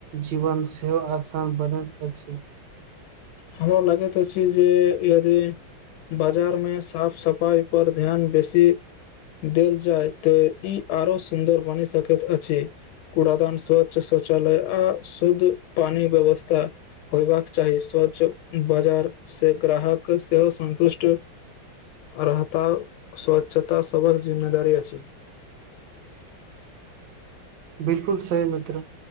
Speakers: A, on the right; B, on the left.
A: जीवन सेहो आसान बनैत अछि
B: हमरा लागैत छी जे यदि बाजारमे साफ सफाइ पर ध्यान बेसी देल जाय तऽ ई आरो सुन्दर बनि सकैत अछि कूड़ादान स्वच्छ शौचालय आ शुद्ध पानी क व्यवस्था होयबाक चाही श्व बाजार से ग्राहक सेहो संतुष्ट रहता स्वच्छता सबहक जिम्मेदारी अछि <inaudible>
A: बिलकुल सही मित्र